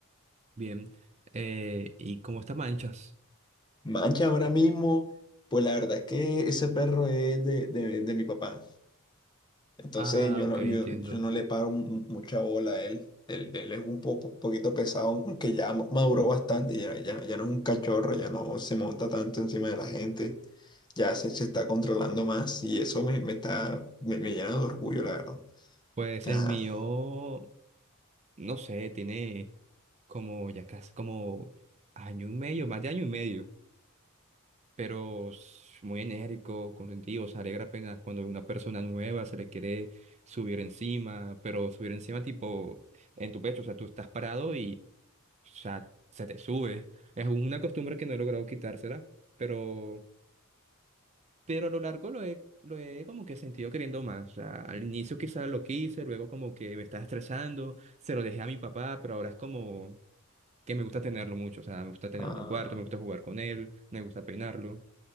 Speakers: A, on the right; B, on the left.
A: Bien. Eh, ¿y cómo está manchas?
B: Mancha, ahora mismo, pues la verdad es que ese perro es de, de- de mi papá. Entonces
A: Ah,
B: yo
A: ok,
B: no,
A: entiendo.
B: yo, yo no le paro mu- mucha bola a él. Él, él es un po- poquito pesado, aunque ya ma- maduró bastante, ya, ya, ya no es un cachorro, ya no se monta tanto encima de la gente, ya se, se está controlando más y eso me, me está, me, me llena de orgullo, la verdad.
A: Pues
B: Ajá.
A: el mío, no sé, tiene como ya casi como año y medio, más de año y medio, pero es muy enérgico, consentido, se alegra apenas cuando una persona nueva se le quiere subir encima, pero subir encima tipo en tu pecho, o sea, tú estás parado y o sea, se te sube. Es una costumbre que no he logrado quitársela, pero... pero a lo largo lo he, lo he como que sentido queriendo más. O sea, al inicio quizás lo quise, luego como que me estaba estresando, se lo dejé a mi papá, pero ahora es como que me gusta tenerlo mucho. O sea, me gusta tenerlo
B: Ah,
A: en el cuarto, me gusta jugar con él, me gusta peinarlo.